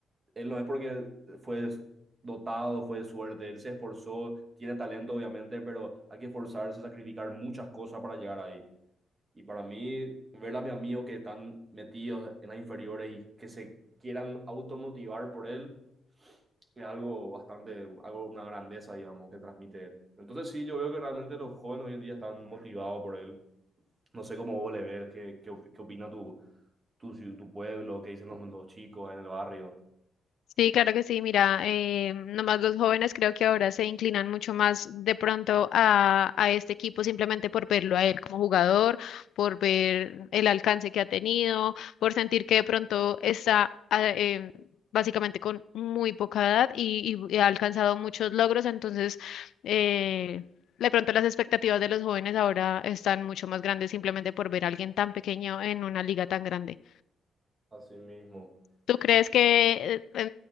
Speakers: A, on the right (about 40°); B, on the left (about 65°).
A: él no es porque fue dotado, fue de suerte, él se esforzó, tiene talento obviamente, pero hay que esforzarse, sacrificar muchas cosas para llegar ahí. Y para mí, ver a mis amigos que están metidos en las inferiores y que se quieran automotivar por él, es algo bastante, algo, una grandeza, digamos, que transmite él. Entonces sí, yo veo que realmente los jóvenes hoy en día están motivados por él no sé cómo vos le ves, qué, qué, op- qué opina tu, tu, ciu- tu pueblo, qué dicen los, los chicos ahí en el barrio.
B: Sí, claro que sí. Mira, eh, nomás los jóvenes creo que ahora se inclinan mucho más de pronto a, a este equipo simplemente por verlo a él como jugador, por ver el alcance que ha tenido, por sentir que de pronto está ah, em, básicamente con muy poca edad y, y ha alcanzado muchos logros. Entonces, eh, de pronto las expectativas de los jóvenes ahora están mucho más grandes simplemente por ver a alguien tan pequeño en una liga tan grande.
A: Así mismo.
B: ¿Tú crees que, eh,